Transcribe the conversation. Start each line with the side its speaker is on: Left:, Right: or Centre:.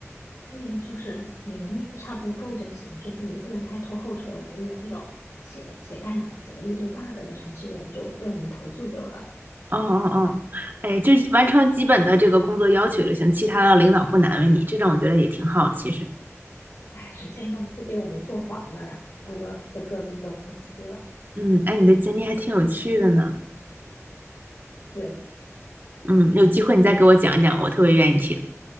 Left: 对，就是你能力差不多够就行，就是你不能太拖后腿。我们有那种写写代码写了一堆 bug 的程序员就被我们投诉走了，
Right: 哦哦哦，哎，就是完成基本的这个工作要求就行，其他的领导不难为你，这种我觉得也挺好的。其实，
Left: 哎，神仙公司被我们做黄了，然后就就各奔东西了。
Right: 嗯，哎，你的经历还挺有趣的呢。
Left: 对，
Right: 嗯，有机会你再给我讲一讲，我特别愿意听。